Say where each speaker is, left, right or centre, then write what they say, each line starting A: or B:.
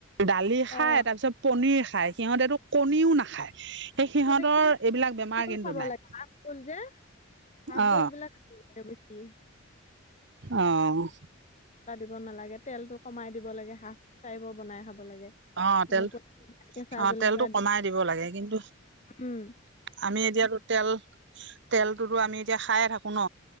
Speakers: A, on the right; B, on the left.
A: দালি
B: অ
A: খায়, তাৰপিছত পনিৰ খাই। খায় সিহঁতেটো কণীও নাখায়। সেই সিহঁতৰ
B: মুঠতে কি
A: এইবিলাক বেমাৰ
B: ফুল
A: কিন্তু
B: খাব
A: নাই।
B: লাগে হাফ ফুল যে হাফ
A: অ
B: বইল বিলাক খাব বেছি।
A: অ'।
B: দ নালাগে তেলটো কমাই দিব লাগে, হাফ টাইপৰ বনাই খাব। লাগে
A: অ
B: মানে
A: তেল
B: কেঁচা
A: অ
B: জলকীয়া
A: তেলটো কমাই দিব লাগে কিন্তু
B: উম।
A: আমি এতিয়াতো তেল, তেলটোতো আমি এতিয়া খাইয়েই থাকোঁ ন।